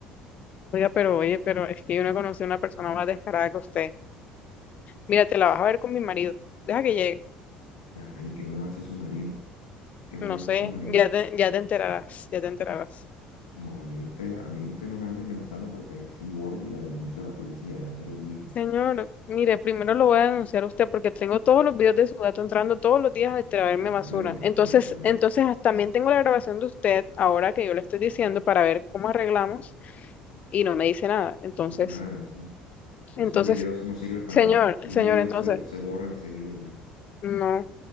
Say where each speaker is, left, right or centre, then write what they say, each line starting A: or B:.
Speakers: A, on the left (about 40°); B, on the left (about 80°).
A: Oiga, pero, oye, pero es que yo no conocí a una persona más descarada que usted. Mira, te la vas a ver con mi marido. Deja que llegue.
B: Ay, ¿qué me va a hacer su marido? ¿Qué me va
A: No
B: a hacer
A: sé,
B: su marido?
A: ya te, ya te enterarás, ya te enterarás.
B: No, a mí usted, a mí usted no me ande amenazando porque ahí sí voy y la denuncio a la policía, ya se lo dije.
A: Señor, mire, primero lo voy a denunciar a usted porque tengo todos los videos de su gato entrando todos los días a extraerme
B: Mándamelo,
A: basura.
B: mándamelo
A: Entonces,
B: para ver.
A: entonces ah, también tengo la grabación de usted ahora que yo le estoy diciendo para ver cómo arreglamos y no me dice nada. Entonces,
B: Eso no es nada, eso, esos
A: entonces,
B: videos, eso no sirve para
A: señor,
B: nada. Todo
A: señor,
B: un video
A: entonces,
B: se, se borra enseguida y ya.
A: no,